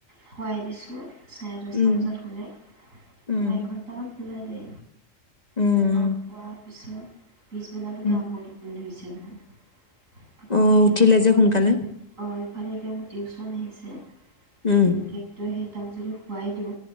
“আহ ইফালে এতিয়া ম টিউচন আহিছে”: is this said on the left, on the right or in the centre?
Right